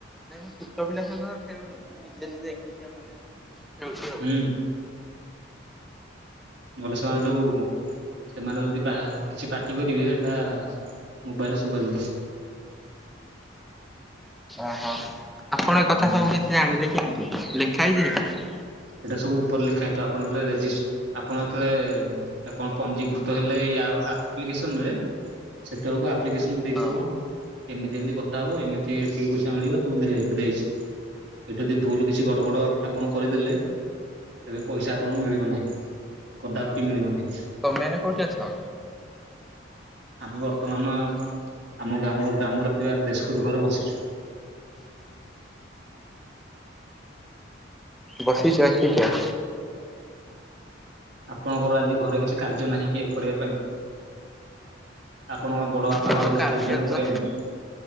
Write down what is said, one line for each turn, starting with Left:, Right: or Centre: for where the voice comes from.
Centre: ମୁଁ ଛୋଟପିଲାଙ୍କ ସହ ଖେଳୁନି। ମୁଁ ନିଜେ ନିଜେ ଏକୁଟିଆ ମାନେ ହେଉଛି ଆଉ
Right: ହୁଁ ନହଲେ ସେମାନେ ଯୋଉ ସେମାନେ ଯଦି କିଛି ପାଟି କରିବେ ସେଟା ମୋବାଇଲରେ ଶୋଭାଯିବ।
Centre: ଓହୋ ଆପଣ ଏ କଥା
Right: ହୁଁ
Centre: ସବୁ କିଛି ଜାଣିଲେ କେମିତି ଜାଣିଲେ କି? ଲେଖା ହେଇଛି?
Right: ଏସଵୁ ଉପରେ ଲେଖାହେଇଥିବ ଆପଣ ଯେତେବେଳେ ରେଜିଷ୍ଟର ଆପଣ ଯେତେବେଳେ କଣ ପଞ୍ଜୀକୃତ ହେଲେ ଏଇ ଆପ୍ଲିକସନରେ ସେତେବେଳକୁ ଆପ୍ଲିକେସନ ଦେଇଥିବ।
Centre: ହଁ
Right: ଏମିତି ଏମିତି କଥା ହବ ଏମିତି ଏତିକି ପଇସା ମିଳିବ ସବୁ ଦେ ଦେଇଛି। ଏଠୁ ଯଦି ଭୁଲ କିଛି ଗଡ଼ ବଡ ଆପଣ କରିଦେଲେ ତେବେ ପଇସା ଆପଣଙ୍କୁ ମିଳିବ ନାହିଁ କଦାପ କି ମିଳିବ ନାହିଁ।
Centre: ତମେ ଏଇନା କୋଉଠି ଅଛ?
Right: ଆମେ ବର୍ତ୍ତମାନ
Centre: ତମେ ଏଇନା କୋଉଠି ଅଛ?
Right: ଆମ ଗ୍ରାମ ଗ୍ରାମରେ ଥିବା ଦେଶକୁଟୁ ଘରେ ବସିଛୁ।
Centre: ବସିଛ କେ କ
Right: ଆପଣଙ୍କର ଆଜି ଘରେ କିଛି କାର୍ଯ୍ୟ ନାହିଁ କି କରିବା ପାଇଁ? ଆପଣଙ୍କ ବଡ
Centre: ହଁ
Right: ଘରେ କିଛି
Centre: କାର୍ଯ୍ୟ
Right: ନାହିଁ
Centre: ତ
Right: କରିବା ପାଇଁ?